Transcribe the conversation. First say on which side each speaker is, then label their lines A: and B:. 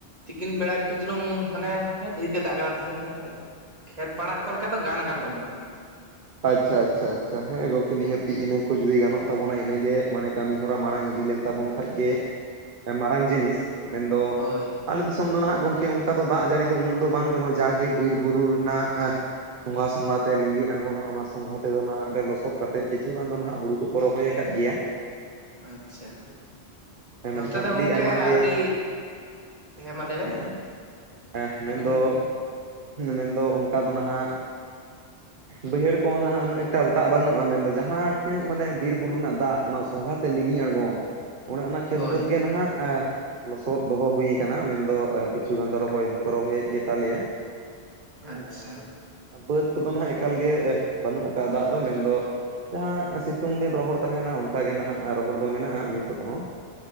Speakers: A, on the right; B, on the right.
A: ᱛᱤᱠᱤᱱ ᱵᱮᱲᱟ ᱠᱟᱹᱴᱤᱡ ᱪᱩᱞᱩᱝ ᱢᱟᱱᱮ ᱰᱷᱮᱨ ᱜᱮ ᱫᱟᱜ ᱜᱟᱫᱟ ᱛᱮᱦᱮᱧ ᱢᱟᱱᱮ ᱠᱷᱮᱛ ᱯᱟᱲᱟᱜ ᱠᱚ ᱞᱮᱠᱟ ᱫᱚ ᱜᱟᱱ ᱠᱟᱱ ᱛᱟᱵᱚᱱᱟ᱾
B: ᱟᱪᱪᱷᱟ ᱟᱪᱪᱷᱟ ᱟᱪᱪᱷᱟ᱾ ᱦᱮᱸ ᱜᱚᱝᱠᱮ ᱱᱤᱦᱟᱹᱛᱤ ᱤᱱᱟᱹ ᱡᱩᱫᱤ ᱜᱟᱱᱚᱜ ᱛᱟᱵᱚᱱᱟ ᱤᱱᱟᱹᱜᱮ ᱢᱟᱱᱮ ᱠᱟᱹᱢᱤ ᱦᱚᱨᱟ ᱢᱟᱲᱟᱝ ᱤᱫᱤ ᱞᱮᱱ ᱛᱟᱵᱚᱱ ᱠᱷᱟᱡ ᱜᱮ ᱢᱟᱨᱟᱝ ᱡᱤᱱᱤᱥ ᱢᱮᱱᱫᱚ
A: ᱦᱳᱭ
B: ᱟᱞᱮ ᱫᱤᱥᱚᱢ ᱫᱚ ᱱᱟᱦᱟᱜ ᱜᱚᱢᱠᱮ ᱚᱱᱠᱟ ᱫᱚ ᱫᱟᱜ ᱡᱟᱹᱲᱤ ᱫᱚ ᱩᱱᱟᱹᱜ ᱫᱚ ᱵᱟᱝ ᱨᱮᱦᱚᱸ ᱡᱟᱜᱮ ᱵᱤᱨ ᱵᱩᱨᱩ ᱨᱮᱱᱟᱜ, ᱥᱚᱝᱜᱷᱟ ᱥᱚᱝᱜᱷᱟ ᱛᱮ ᱞᱤᱸᱜᱤ ᱟᱬᱜᱚᱱᱟ᱾ ᱚᱱᱟ ᱥᱚᱝᱜᱷᱟ ᱛᱮᱫᱚ ᱱᱟᱦᱟᱜ ᱨᱮ ᱞᱚᱥᱚᱫ ᱠᱟᱛᱮᱫ ᱠᱤᱪᱷᱩ ᱜᱟᱱ ᱫᱚ ᱱᱟᱦᱟᱜ ᱦᱩᱲᱩ ᱠᱚᱠᱚ ᱨᱚᱦᱚᱭ ᱟᱠᱟᱫ ᱜᱮᱭᱟ᱾
A: ᱟᱪᱪᱷᱟ
B: <inaudible> ᱦᱮᱸ ᱢᱮᱱᱠᱷᱟᱱ
A: ᱱᱚᱛᱮ ᱫᱚ
B: ᱟᱹᱰᱤ
A: ᱜᱚᱝᱠᱮ
B: ᱟᱭᱢᱟ ᱜᱮ,
A: ᱟᱹᱣᱨᱤ ᱢᱟ ᱞᱟᱹᱭ ᱵᱮᱱ
B: ᱦᱮᱸ <inaudible> ᱮᱸ
A: ᱞᱟᱹᱭ
B: ᱢᱮᱱᱫᱚ
A: ᱵᱮᱱ ᱞᱟᱹᱭ ᱵᱮᱱ
B: ᱢᱮᱱᱫᱚ ᱚᱱᱠᱟ ᱫᱚ ᱱᱟᱦᱟᱜ? ᱵᱟᱹᱭᱦᱟᱹᱲ ᱠᱚ ᱱᱟᱦᱟᱜ ᱩᱱᱟᱹᱜ ᱮᱠᱴᱟ ᱫᱟᱜ ᱵᱟᱹᱱᱩᱜᱼᱟ ᱢᱮᱱᱫᱚ ᱡᱟᱦᱟᱸ ᱛᱤᱱᱟᱹᱜ ᱢᱟᱱᱮ ᱵᱤᱨ ᱵᱩᱨᱩ ᱨᱮᱱᱟᱜ ᱫᱟᱜ ᱚᱱᱟ ᱥᱚᱸᱜᱷᱟᱛᱮ ᱞᱤᱸᱜᱤ ᱟᱬᱜᱚᱱ ᱚᱱᱮ ᱚᱱᱟ ᱠᱷᱮᱛ
A: ᱦᱳᱭ
B: ᱵᱟᱹᱫᱽ ᱜᱮ ᱱᱟᱦᱟᱜ ᱞᱚᱥᱚᱫ ᱫᱚᱦᱚ ᱦᱩᱭ ᱟᱠᱟᱱᱟ ᱢᱮᱱᱫᱚ ᱠᱤᱪᱷᱩ ᱜᱟᱱ ᱫᱚ ᱨᱚᱦᱚᱭ ᱦᱚᱸᱠᱚ ᱨᱚᱦᱚᱭᱮᱫ ᱜᱮᱛᱟ ᱞᱮᱭᱟ᱾ ᱦᱮᱸ
A: ᱟᱪᱪᱷᱟ
B: ᱟᱨ ᱵᱟᱹᱫᱽ ᱠᱚᱫᱚ ᱱᱟᱦᱟᱜ ᱮᱠᱟᱞᱜᱮ ᱵᱟᱹᱱᱩᱜ ᱟᱠᱟᱜᱼᱟ ᱫᱟᱜ ᱫᱚ ᱢᱮᱱᱫᱚ ᱡᱟᱦᱟᱸ ᱥᱤᱛᱩᱝ ᱫᱤᱱ ᱨᱚᱦᱚᱲ ᱛᱟᱦᱮᱸᱱᱟ ᱚᱱᱠᱟ ᱜᱮ ᱱᱟᱦᱟᱜ ᱨᱚᱦᱚᱲ ᱫᱚ ᱢᱮᱱᱟᱜᱼᱟ ᱱᱤᱛᱚᱜ ᱦᱚᱸ᱾